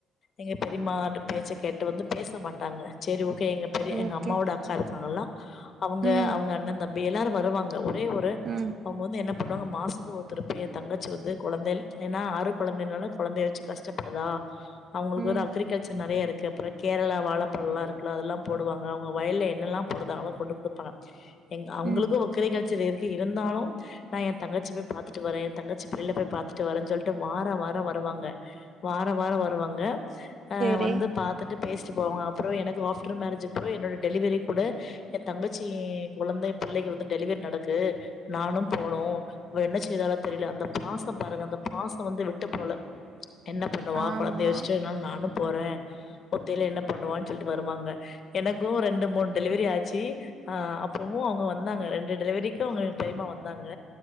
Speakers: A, on the left; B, on the right.
A: எங்க பெரியம்மாவுட பேச்ச கேட்டு வந்து பேச மாட்டாங்க செரி ஓ கே எங்க பெரிய எங்க
B: ஓகே
A: அம்மாவோட அக்கா இருக்காங்கல்ல அவுங்க
B: ம்
A: அவுங்க அண்ணந் தம்பி எ ல்லாரு வருவாங்க ஒ ஒரே ஒரு
B: ம்
A: அவுங்க வந்து என்ன ஃபுல்லா மாசத்துல வரு திருப்பி என் தங்கச்சி வந்து குழந்தையில் ஏன்னா ஆறு குழந்தைனால குழந்தைய வச்சு கஷ்டப்படுதா அவுங்களுக்கு
B: ம்
A: வந்து அக்ரிகல்ச்சர் நறைய இருக் கு அப்புறம் கேரளா வாழப்பழம் எல்லாம் இருக்குல்ல அதெல்லாம் போடுவாங்க அவுங்க வயல்ல என்னெல்லாம் போடுறாங்களோ கொண்டுபோய் கொடுப்பாங்க ஏங்க அவுங்களுக்கு
B: ம்
A: ஒக்கரை கல்ச்சர் இருக் இருந்தாலும் நான் என் தங்கச்சி போய் பார்த் துட்டு வரேன் தங்கச்சி புள்ளைங்கள போய் பார்த்துட்டு வரேன்னு சொல்லிட்டு வாரம் வாரம் வருவாங்க வாரம் வாரம் வருவாங்க ஆஹ்
B: சரி
A: வந்து பாத்துட்டு பேசிட்டு போவோம் அப்புறம் எனக்கு ஆப்டர் மேரேஜ் அப்புறம் என்னோட டெலிவரிக் கூட என் தங்கச்சி இ குழந்தை பிள்ளைகளும் வந்து டெலிவரி நடக்கு நானும் போணும் என்ன னு தெரியல அந்த பாசம் பாருங்க அந்த பாசம் வந்து விட்டு போல என்ன பண்ணுவா
B: ஆமாம்
A: குழந்தைய வச்சுட்டு நானும் போறேன் ஒத்தையில என்ன பண்ணுவான்னு சொல்லிட்டு வருவாங்க எனக்கும் ரெண்டு மூணு டெலிவரி ஆச்சு ஆ அப்பவும் அவுங்க வந்தாங்க ரெண்டு டெலிவரிக்கும் அவுங்க பெரியமா வந்தாங்க